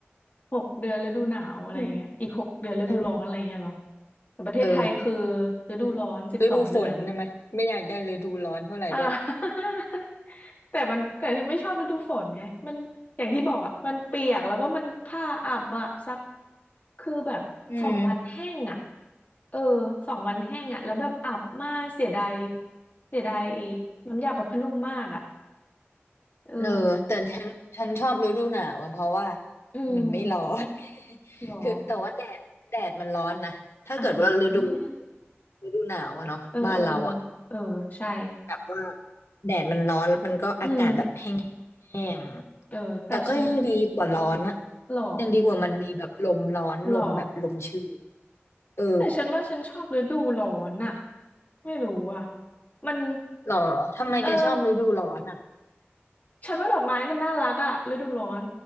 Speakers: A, on the left; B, on the left.
A: หกเดือนฤดูหนาวอะไรเงี้ยอีกหกเดือนฤดูร้อนอะไรเงี้ยเหรอ
B: อืมอืม
A: แต่ประเทศไทยคือ
B: เออ
A: ฤดูร้อนสิบสองเดือน
B: ฤดูฝนใช่ได้ไหมไม่อยากได้ฤดูร้อนเท่าไหร่ด้วย
A: อ่า <laughs> แต่มันแต่ฉันไม่ชอบฤดูฝนไงมันอย่างที่บอกอ่ะมันเปียกแล้วก็มันผ้าอับอ่ะซัก คือแบบสองวันแห้งอ่ะ
B: อืม
A: เออสองวันแห้งอ่ะแล้วแบบอับมากเสียดายเสียดายไอ้น้ำยาประพผ้านุ่มมากอ่ะ เออ
B: เออแต่ฉันฉันชอบฤดูหนาวอะเพราะว่า
A: อืม
B: มันไม่ร้อน <laughs>
A: หรอ
B: คือแต่ว่าแดดแดดมันร้อนนะถ้าเกิดว่าฤดู
A: อ่า
B: ฤดูหนาวอะเนาะบ้านเราอะ
A: เออเออเออใช่
B: แบบว่าแดดมันร้อนแล้วมันก็อากาศแบบแห้ง
A: อืม
B: แห้ง
A: เออแต่ฉัน
B: แต่ก็ยังดีกว่าร้อนอะ
A: หรอ
B: ยังดีกว่ามันมีแบบลมร้อนลมแบบลมชื้น
A: หรอ
B: เออ
A: แต่ฉันว่าฉันชอบฤดูร้อนอะไม่รู้อ่ะมัน
B: หรอทำไมแกชอบฤดูร้อนอะ
A: เออฉันว่าดอกไม้มันน่ารักอะฤดูร้อน